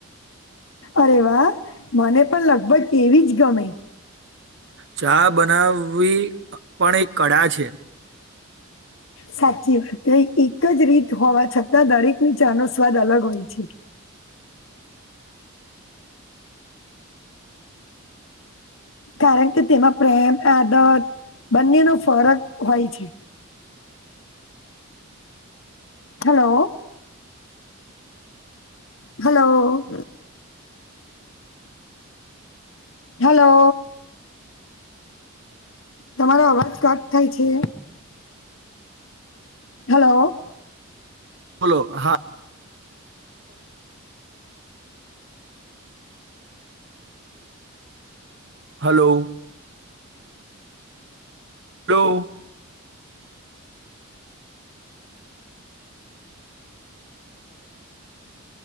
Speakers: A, on the left; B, on the right.
A: અરે વાહ મને પણ લગભગ એવી જ ગમે
B: ચા બનાવી પણ એક કળા છે
A: સાચી વાત એક જ રીત હોવા છતાં દરેક ની ચા નો સ્વાદ અલગ હોય છે
B: <inaudible> <inaudible>
A: કારણ કે તેમાં પ્રેમ આદત બંનેનો ફરક હોય છે હેલો હલો હલો તમારો અવાજ કટ થાય છે હલો
B: બોલો હા હલો હલો